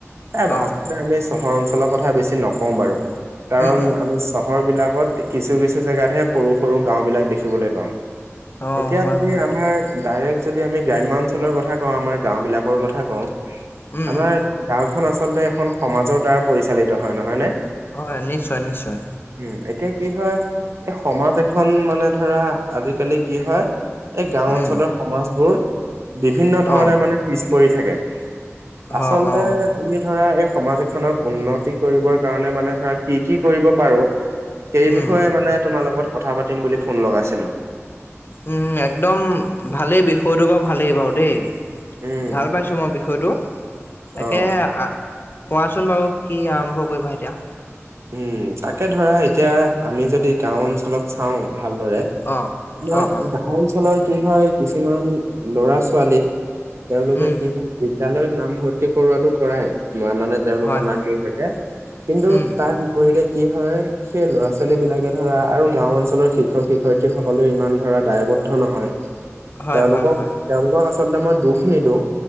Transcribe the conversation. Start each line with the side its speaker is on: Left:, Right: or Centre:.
Right: এই
Left: অ
Right: আমি চহৰ অঞ্চলৰ কথা বেছি নকওঁ বাৰু, কাৰণ
Left: উম উম
Right: আমি চহৰ বিলাকত কিছু, কিছু, জেগাতহে সৰু সৰু গাওঁ বিলাক দেখিবলৈ পাওঁ।
Left: অ
Right: এতিয়া
Left: হয়
Right: যদি,
Left: হয়
Right: আমাৰ ডাইৰেক্ট যদি আমি গ্ৰাম্য অঞ্চলৰ কথা কওঁ, আমাৰ গাঁওবিলাকৰ কথা কওঁ,
Left: উম
Right: আমাৰ
Left: উম
Right: গাঁওখন আচলতে এখন সমাজৰ দ্বাৰা পৰিচালিত হয়, নহয় নে?
Left: হয়, নিশ্চয় নিশ্চয়।
Right: উম এতিয়া কি হয় এই সমাজ এখন মানে ধৰা আজিকালি কি হয় এই গাঁও
Left: উম
Right: অঞ্চলত সমাজ বোৰ বিভিন্ন ধৰণে
Left: অ
Right: মানে পিছ পৰি থাকে। আচলতে
Left: অ অ
Right: আমি ধৰা এই সমাজ এখনক উন্নতি কৰিবৰ কাৰণে মানে ধৰা কি কি কৰিব পাৰোঁ। সেই বিষয়ে
Left: উম
Right: মানে তোমাৰ লগত কথা পাতিম বুলি ফোন লগাইছিলো।
Left: উম একদম ভালেই বিষয়টো বাৰু ভালেই বাৰু দেই।
Right: উম,
Left: ভাল পাইছোঁ মই বিষয়টো। তাকে
Right: অ'।
Left: আ কোৱাচোন বাৰু কি আৰম্ভ কৰিবা এতিয়া?
Right: উম তাকে ধৰা এতিয়া আমি যদি গাঁও অঞ্চলত চাওঁ ভালদৰে
Left: অঁ
Right: আমাৰ
Left: অঁ অঁ
Right: গাঁও অঞ্চলৰ কি হয় কিছুমান লৰা ছোৱালী তেওঁলোকে
Left: উম
Right: কি হয় বিদ্যালয়ত নাম ভৰ্তি কৰোৱাটো কৰাই, মানে তেওঁলোকৰ
Left: হয়
Right: মাক
Left: হয়
Right: দেউতাকে কিন্তু
Left: উম
Right: তাৰ বিপৰীতে কি হয় সেই ল'ৰা ছোৱালী বিলাকে ধৰা আৰু গাঁও অঞ্চলৰ শিক্ষক শিক্ষয়িত্ৰী সকলেও ইমান ধৰা দায়বদ্ধ নহয়।
Left: হয়
Right: তেওঁলোকক
Left: হয় হয়
Right: তেওঁলোকক আচলতে মই দুখ নিদিওঁ